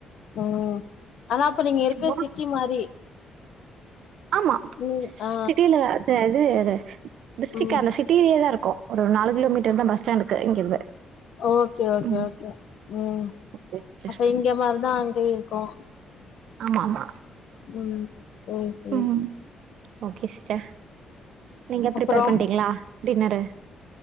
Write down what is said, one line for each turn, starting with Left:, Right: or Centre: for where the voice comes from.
Left: ம் ஆனா அப்ப நீங்க இருக்க
Right: சும்மா
Left: சிட்டி மாரி
Right: ஆம்மா
Left: ம் ஆ
Right: சிட்டில அ இது அத டிஸ்டிரிக்கா
Left: ம்
Right: அந்த சிட் டிலியேதா இருக்கோ ஒரு நாலு கிலோமீட்டர்தா பஸ் ஸ்டாண்டுக்கு இங்கிருந்து
Left: ஓகே ஓகே
Right: ம்.
Left: ஓகே ம்
Right: ஓகே சிஸ்டர்.
Left: அப்ப இங்க மார்தா அங்கியு இருக்கு
Right: ஆமா ஆமா
Left: ம் சேரி சேரி
Right: ம் ஓகே சிஸ்டர் நீங்க ப்ரிப்பேர்
Left: அப்புறோ
Right: பண்டிங்ளா டின்னரு